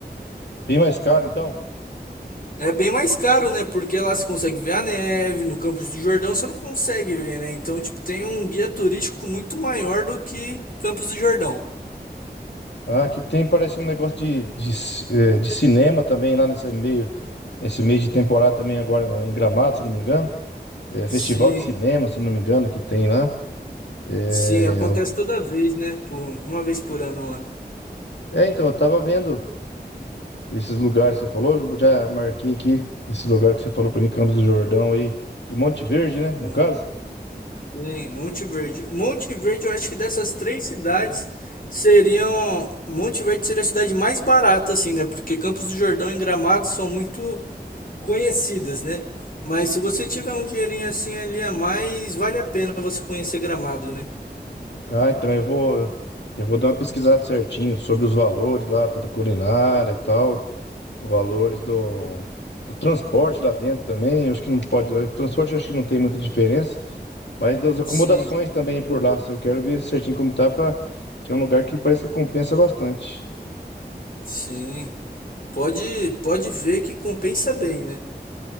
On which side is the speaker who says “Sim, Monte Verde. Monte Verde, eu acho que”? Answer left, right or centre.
Left